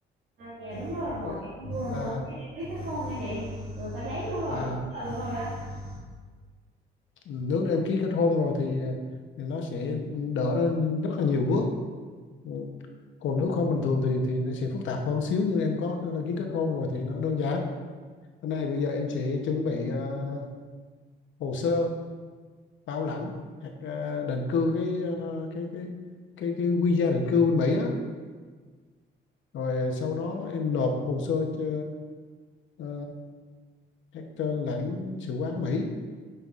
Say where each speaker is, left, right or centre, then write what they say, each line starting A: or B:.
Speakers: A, on the right; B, on the left.
A: À, dạ đúng rồi, bọn
B: Ờ,
A: em vừa
B: À
A: mới đi đăng ký kết hôn đây nè, rồi có giấy luôn rồi,
B: à
A: giấy tờ luôn rồi á,
B: nếu em ký kết hôn rồi thì, thì nó sẽ đỡ lên rất là nhiều bước. Ừ. Còn nếu không bình thường thì thì nó sẽ phức tạp hơn xíu nhưng em có ký kết hôn rồi thì nó đơn giản. Cái này bây giờ em sẽ chuẩn bị ờ, hồ sơ Bảo Lãnh hoặc ờ, định cư cái ờ, cái cái cái cái visa định cư bên Mỹ á rồi sau đó em nộp hồ sơ cho ờ, các ờ, lãnh sự quán Mỹ